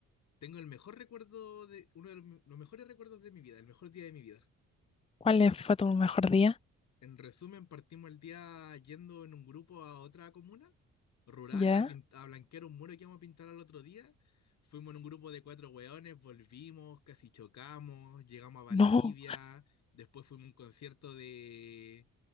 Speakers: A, on the left (about 65°); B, on the left (about 20°).
A: Tengo el mejor recuerdo de, uno de los, me- los mejores recuerdos de mi vida, el mejor día de mi vida.
B: ¿Cuál fue tu mejor día?
A: En resumen, partimos el día yendo en un grupo a otra comuna rural
B: ¿Ya?
A: a, pin- a blanquear un muro que íbamos a pintar al otro día. Fuimos en un grupo de cuatro hueones, volvimos, casi chocamos, llegamos
B: <laughs>
A: a Valdivia,
B: No.
A: después fuimos a un concierto de